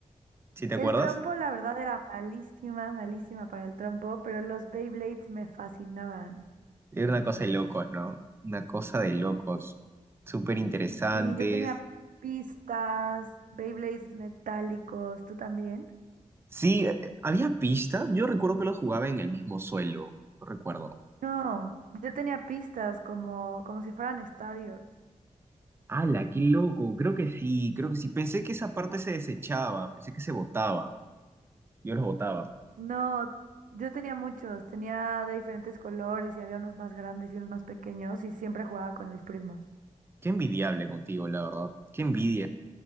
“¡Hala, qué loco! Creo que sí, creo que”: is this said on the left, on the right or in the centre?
Right